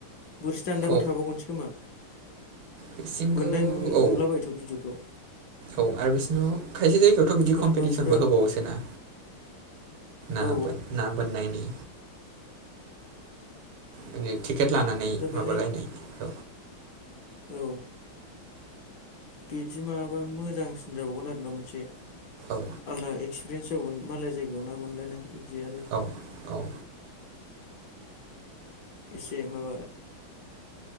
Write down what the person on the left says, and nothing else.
बोरसि दान्दाबो
थाबावगनोसो खोमा
बोननाय नुयो
नुलाबायथ' भिडअफ्रावो
खालामबा
फुरा
औ
दा बेहाय
औ। बिदि माबा मोजांसिन जाबावगोन आरो ना मोनसे
आलदायै एक्सपिरियेन्स जाबावगोन मालाय जायगायाव ना बोनलायनाय इदि आरोओ
एसे ओ